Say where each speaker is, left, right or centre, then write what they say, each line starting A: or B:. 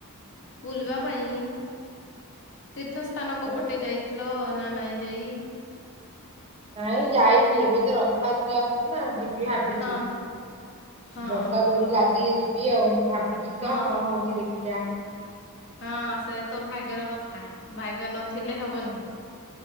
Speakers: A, on the left; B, on the right.
A: ବୁଲିବା ପାଇଁ ତୀର୍ଥ ସ୍ଥାନ କୋପଟେ
B: ମୁଁ
A: ଯାଇଥିଲ ନା ନାଇଁ ଯାଇ।
B: ନାଇଁ ଯାଇନି ଏବେ ତ ରଥଯାତ୍ରା ଆସୁଚି ନା ଯି ଯିବି ଭାବିଛି
A: ହଁ ହଁ
B: ଜଗା
A: ହଁ
B: ଡୋରି ଲାଗିଲେ ଯି ଯିବି ଆଉ ମୁଁ ଭାବିଚି ତ
A: ହଁ
B: କଅ ହଉଚି ଦେଖିବା
A: ହଁ ସେ ତ ଭାଗ୍ୟର କଥା ଭାଗ୍ୟ ନଥିଲେ ହବନି।